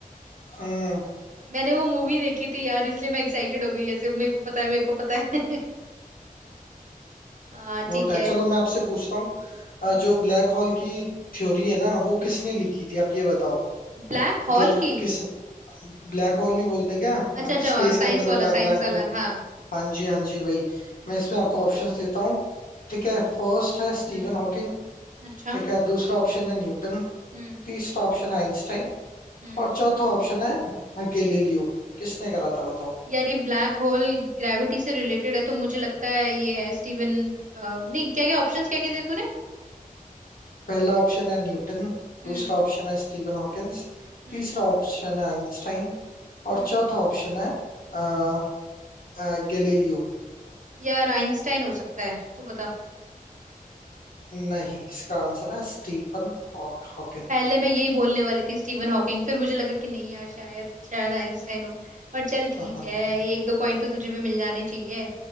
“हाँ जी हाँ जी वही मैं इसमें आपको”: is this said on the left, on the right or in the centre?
Left